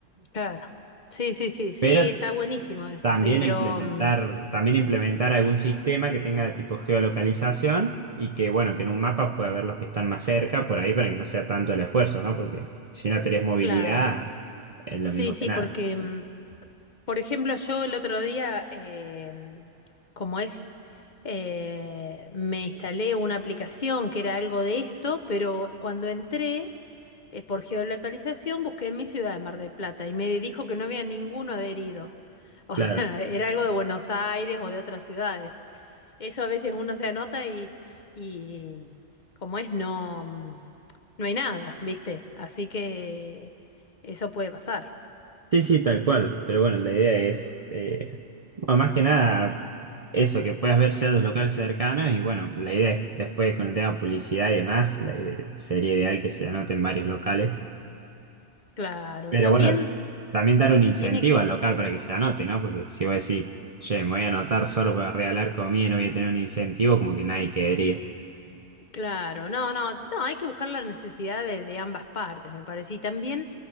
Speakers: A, on the left; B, on the right.
A: claro. Sí, sí, sí, sí,
B: Pero
A: está buenísimo eso,
B: También
A: sí, pero
B: implementar,
A: mm,
B: también implementar algún sistema que tenga tipo geolocalización y que, bueno, que en un mapa pueda ver los que están más cerca por ahí para que no sea tanto el esfuerzo, ¿no? Porque si no tenés movilidad,
A: claro.
B: es lo
A: Sí,
B: mismo
A: sí,
B: que nada.
A: porque, mm, por ejemplo, yo el otro día, em, como es, eh, me instalé una aplicación que era algo de esto, pero cuando entré, eh, por geolocalización, busqué en mi ciudad de Mar del Plata y me dijo que no había ninguno adherido. O
B: Claro.
A: sea, <laughs> era algo de Buenos Aires o de otras ciudades. Eso a veces uno se anota y, y como es, no, mm, no hay nada, ¿viste? Así que eso puede pasar.
B: Sí, sí, tal cual. Pero bueno, la idea es, eh, bueno, más que nada, eso, que puedas ver los locales cercanos y bueno, la idea es, después con el tema publicidad y demás, la idea- sería ideal que se anoten varios locales
A: Claro,
B: Pero
A: también
B: bueno, también dar un incentivo
A: tiene que,
B: al local para que se anote, ¿no? Porque si vos decís, che, me voy a anotar solo para regalar comida y no voy a tener un incentivo, como que nadie querría.
A: claro, no, no, no, hay que buscar la necesidad de, de ambas partes, me parece. Y también